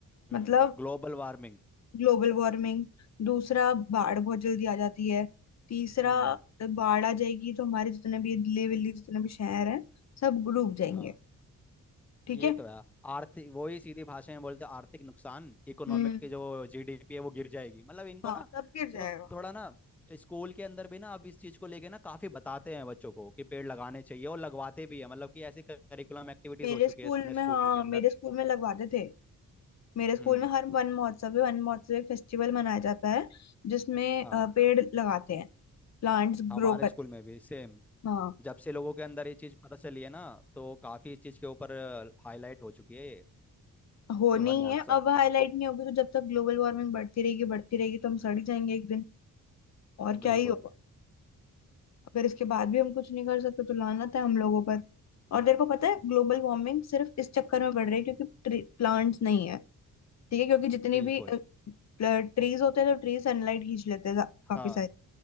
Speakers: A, in the centre; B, on the left (about 50°).
A: हम्म
B: मतलब
A: Global warming
B: ग्लोबल वार्मिंग दूसरा बाढ़ बहुत जल्दी आ जाती है तीसरा
A: हम्म
B: बाढ़ आ जाएगी तो हमारे जितने भी दिल्ली विल्ली जितने भी शहर हैं सब डूब जाएंगे
A: हाँ
B: ठीक
A: ये
B: है
A: तो है आर्थिक वही सीधी भाषा में बोलते हैं, आर्थिक नुकसान इकोनॉमिक
B: हम्म
A: की जो जीडीपी है वो गिर जाएगी मतलब इनको
B: हाँ
A: ना
B: सब गिर जाएगा
A: अ, थोड़ा ना स्कूल के अंदर भी ना अब इस चीज को लेके ना काफी बताते हैं बच्चों को कि पेड़ लगाने चाहिए और लगवाते भी है मतलब कि ऐसी करिकुलम एक्टिविटीज
B: मेरे
A: हो चुकी
B: स्कूल
A: है अपने
B: में
A: स्कूल
B: हाँ
A: के अंदर
B: मेरे स्कूल में लगवाते थे मेरे स्कूल
A: हम्म
B: में हर वन महोत्सव है वन महोत्सव एक फेस्टिवल मनाया जाता है जिसमें
A: हाँ
B: अ, पेड़ लगाते हैं प्लांट्स
A: हमारे
B: ग्रो करते
A: स्कूल में भी सेम
B: हैं हाँ
A: जब से लोगों के अंदर ये चीज पता चली है ना तो काफी इस चीज के ऊपर हाईलाइट हो चुकी है ये
B: होनी
A: वन
B: ही
A: महोत्सव
B: है अब हाईलाइट नहीं होगी तो जब तक ग्लोबल वार्मिंग बढ़ती रहेगी बढ़ती रहेगी तो हम सड़ ही जाएंगे एक दिन और
A: बिल्कुल
B: क्या ही होगा अगर इसके बाद भी हम कुछ नहीं कर सकते तो लानत है हम लोगों पर और तेरे को पता है ग्लोबल वार्मिंग सिर्फ इस चक्कर में बढ़ रही है क्योंकि प्लांट्स नहीं है ठीक है क्योंकि जितने
A: बिल्कुल
B: भी ट्रीज होते हैं तो ट्रीज सनलाइट खींच लेते हैं जा- काफी
A: हाँ
B: सारी